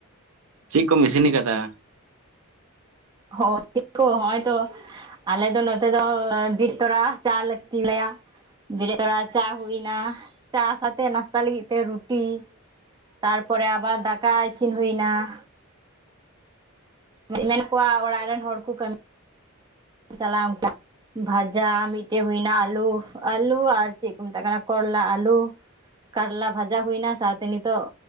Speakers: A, on the right; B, on the right.
A: ᱪᱮᱜ ᱠᱚᱢ ᱤᱥᱤᱱ ᱠᱟᱫᱟ?
B: ᱦᱚᱸ ᱪᱮᱜ ᱠᱚ ᱦᱚᱸᱜᱼᱚᱭ ᱛᱚ ᱾ ᱟᱞᱮ ᱫᱚ ᱱᱚᱛᱮ ᱫᱚ ᱵᱤᱨᱤᱜ ᱛᱚᱨᱟ ᱪᱟ ᱞᱮ ᱪᱚᱸᱫᱟᱭᱟ ᱵᱤᱨᱤᱜ ᱛᱚᱲᱟ ᱪᱟ ᱦᱩᱭ ᱱᱟ, ᱪᱟ ᱥᱟᱣᱛᱮ ᱱᱟᱥᱛᱟ ᱞᱟᱹᱜᱤᱫ ᱛᱮ ᱨᱩᱴᱤ ᱛᱟᱨᱯᱚᱨᱮ ᱟᱵᱟᱨ ᱫᱟᱠᱟ ᱤᱥᱤᱱ ᱦᱩᱭᱱᱟ ᱾ ᱢᱮᱱᱟᱜ ᱠᱚᱣᱟ ᱚᱲᱟᱜ ᱨᱮᱱ ᱦᱚᱲ ᱠᱚ ᱠᱟᱹᱢᱤ ᱪᱟᱞᱟᱜᱼᱟ ᱚᱱᱠᱟ ᱵᱷᱟᱡᱟ ᱢᱤᱫᱴᱮᱜ ᱦᱩᱭᱱᱟ, ᱟᱞᱩ ᱟᱞᱩ ᱟᱨ ᱪᱮᱫ ᱠᱚ ᱢᱮᱛᱟᱜ ᱠᱟᱱᱟ ᱠᱚᱨᱞᱟ ᱟᱞᱩ ᱠᱟᱨᱞᱟ ᱵᱷᱟᱡᱟ ᱦᱩᱭᱱᱟ, ᱥᱟᱶᱛᱮ ᱱᱤᱛᱚᱜ